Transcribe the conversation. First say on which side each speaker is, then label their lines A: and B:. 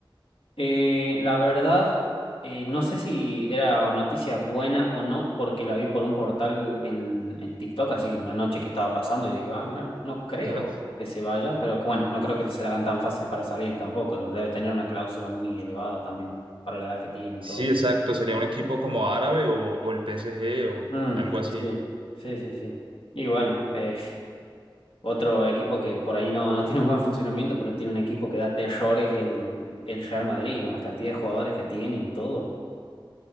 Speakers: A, on the left (about 85°); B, on the right (about 80°).
A: Eh, la verdad, eh, no sé si era noticia buena o no, porque la vi por un portal en, en TikTok, así una noche que estaba pasando, y dije, ah, mira, no creo
B: Ajá.
A: que se vaya, pero bueno, no creo que se la hagan tan fácil para salir tampoco. Debe tener una cláusula muy elevada también para la edad que tiene
B: Sí,
A: y todo.
B: exacto, sería un equipo como árabe o, o el PSG o
A: Mm,
B: algo así.
A: sí, sí, sí, sí. Y bueno, eh, <laughs> otro equipo que por ahí no, no tiene un buen funcionamiento, pero tiene un equipo que da terrores el, el Real Madrid, con la cantidad de jugadores que tiene y todo.